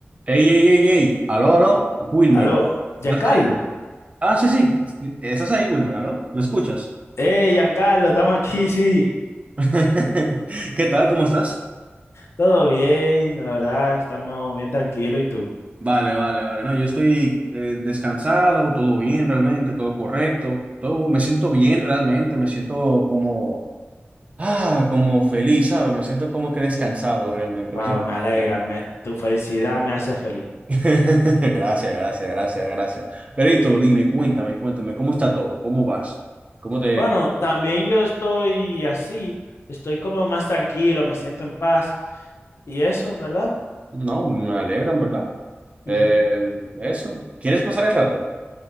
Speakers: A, on the right; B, on the left.
A: Ey, ey, ey, ey, aló, aló, Wilmer.
B: Aló, Giancarlo.
A: ¿Estás ahí? Ah, sí, sí, estás ahí, Wilmer, aló, ¿me escuchas?
B: Eh, Giancarlo, estamos aquí, sí.
A: <laughs> ¿Qué tal? ¿Cómo estás?
B: Todo bien, la verdad, estamos bien tranquilos. ¿Y tú?
A: Vale, vale, vale, no, yo estoy eh, descansado, todo bien realmente, todo correcto, todo, me siento bien realmente, me siento como, ah, como feliz, ¿sabes? Me siento como que descansado realmente,
B: Wow,
A: me siento
B: me alegra,
A: bien.
B: me- tu felicidad me hace feliz.
A: <laughs> Gracias, gracias, gracias, gracias. Perito, dime, cuéntame, cuéntame, ¿cómo está todo? ¿Cómo vas? ¿Cómo te...
B: Bueno, también yo estoy así, estoy como más tranquilo, me siento en paz. Y eso, ¿verdad?
A: No, me alegran, ¿verdad? Eh,
B: Ujú.
A: eso. ¿Quieres pasar el rato?